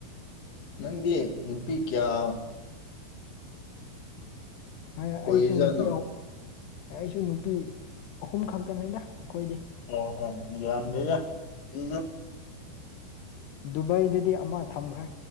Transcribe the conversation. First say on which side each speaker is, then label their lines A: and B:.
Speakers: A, on the left (about 55°); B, on the left (about 85°).
A: ꯅꯪꯗꯤ ꯅꯨꯄꯤ ꯀꯌꯥ
B: ꯑꯩꯁꯨ
A: ꯀꯣꯏꯔꯤꯖꯥꯠꯅꯣ
B: ꯅꯨꯄꯤ ꯑꯩꯁꯨ ꯅꯨꯄꯤ ꯑꯍꯨꯝ ꯈꯛꯇꯅꯤꯗ ꯑꯩꯈꯣꯏꯗꯤ
A: ꯑꯣ ꯍ ꯌꯥꯕꯤ
B: ꯎꯝ
A: ꯏ
B: ꯗꯨꯕꯥꯏꯗꯗꯤ ꯑꯃ ꯊꯝꯈ꯭ꯔꯦ